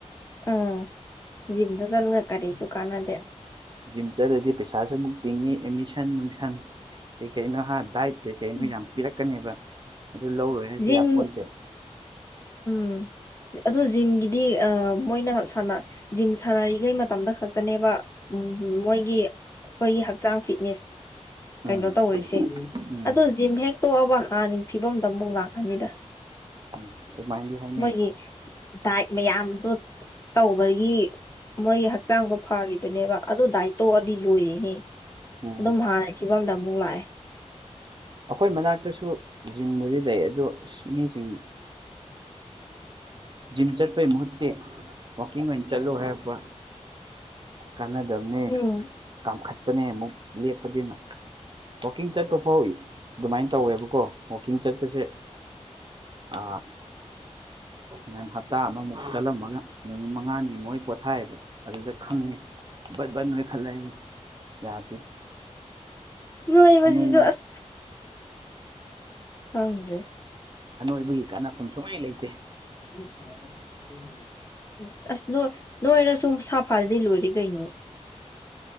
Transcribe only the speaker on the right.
ꯖꯤꯝ ꯆꯠꯂꯗꯤ ꯄꯩꯁꯥꯁꯨ ꯑꯃꯨꯛ ꯇꯤꯡꯉꯤ ꯑꯦꯠꯃꯤꯁꯟ ꯅꯨꯡꯁꯟ ꯀꯩ ꯀꯩꯅꯣ ꯍꯥ ꯗꯥꯏꯠ ꯀꯩꯀꯩ
ꯅꯣ ꯌꯥꯝ ꯄꯤꯔꯛꯀꯅꯦꯕ ꯑꯗꯨ ꯂꯧꯔꯣꯏ ꯍꯥꯏꯁꯨ
ꯌꯥꯄꯣꯟꯇꯦ <inaudible>
ꯎꯝ
ꯎꯝ
ꯎꯝ ꯑꯗꯨꯃꯥꯏꯅꯗꯤ ꯍꯥꯏꯅꯩ
ꯎꯝ
ꯑꯈꯣꯏ ꯃꯅꯥꯛꯇꯁꯨ ꯖꯤꯝꯕꯨꯗꯤ ꯂꯩ ꯑꯗꯣ ꯑꯁ ꯃꯤꯖꯤꯡꯅ ꯖꯤꯝ ꯆꯠꯄꯩ ꯃꯍꯨꯠꯇꯤ ꯋꯥꯛꯀꯤꯡ ꯑꯣꯏꯅ ꯆꯠꯂꯣ ꯍꯥꯏꯔꯛꯄ ꯀꯥꯟꯅꯗꯕꯅꯦ
ꯀꯥꯝꯈꯠꯄꯅꯦ ꯑꯃꯨꯛ ꯂꯦꯞꯄꯗꯤꯅ ꯋꯥꯛꯀꯤꯡ ꯆꯠꯄ ꯐꯥꯎ ꯑꯗꯨꯃꯥꯏꯅ ꯇꯧꯋꯦꯕꯀꯣ ꯋꯥꯛꯀꯤꯡ ꯆꯠꯄꯁꯦ ꯑꯥ ꯅꯪ ꯍꯞꯇꯥ ꯑꯃꯃꯨꯛ ꯆꯠꯂꯝꯃꯒ ꯅꯨꯃꯤꯠ ꯃꯉꯥꯅꯤ ꯃꯨꯛ ꯑꯩ ꯄꯣꯊꯥꯏꯕ ꯑꯗꯨꯗ ꯈꯪꯉꯦ ꯕꯠ ꯕꯠ ꯅꯣꯏꯈꯠꯂꯦ ꯌꯥꯗꯦ
ꯑꯅꯣꯏ
ꯑꯅꯣꯏꯕꯒꯤ ꯀꯥꯟꯅꯐꯝ ꯁꯨꯂꯩ ꯂꯩꯇꯦ